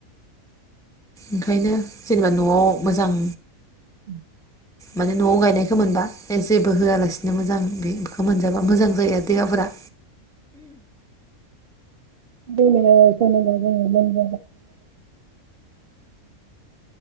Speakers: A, in the centre; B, on the right.
A: ओंखायनो जेनेबा न'आव मोजां
B: <inaudible>
A: माने न'आव गायनायखो मोनबा जेबो होआलासिनो मोजां बे खो मोनजाबा मोजां जायो आरो देहाफोरा।
B: जोंङ सनो जोङो ल <unintelligible> <unintelligible> <unintelligible>